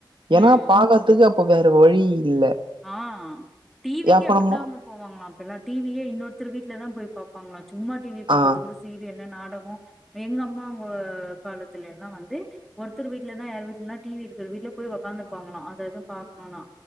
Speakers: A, on the right; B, in the centre.
A: ஏன்னா
B: ம்
A: பாக்கதுக்கு அப்ப வேற வழி இல்ல
B: ஆ டிவிக்கே
A: அப்ப
B: அப்டித்தாங்க
A: நம்ம
B: போவாங்கலா அப்ப எல்லா டிவியே இன்னொருத்தர் வீட்லதா போய் பாப்பாங்கலா சும்மா டிவி பாக்கறது
A: ஆ
B: கூட சீரியல்னு நாடகோ எங்க அம்மா உங்க காலத்துலல்லா வந்து ஒருத்தர் வீட்லதா யார் வீட்லனா டிவி இருக்கிற வீட்ல போய் உட்காந்துப்பாங்களா அத எது பாக்கணுனா